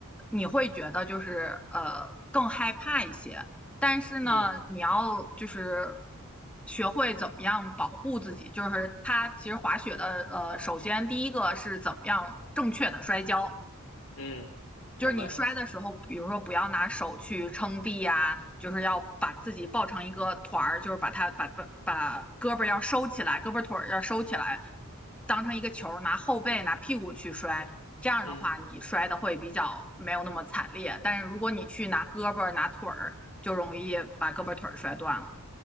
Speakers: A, in the centre; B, on the left.
A: 你会觉得就是呃更害怕一些。但是呢，
B: 嗯
A: 你要就是学会怎么样保护自己，就是它其实滑雪的呃，首先第一个是怎么样正确的摔跤，
B: 嗯，
A: 就是你摔的时候，
B: 明白。
A: 比如说不要拿手去撑地呀，就是要把自己抱成一个团儿，就是把它把把把胳膊要收起来，胳膊腿儿要收起来，
B: 嗯
A: 当成一个球拿后背拿屁股去摔。这样的话，
B: 嗯
A: 你摔的会比较没有那么惨烈。但是如果你去拿胳膊拿腿儿，就容易把胳膊腿儿摔断了。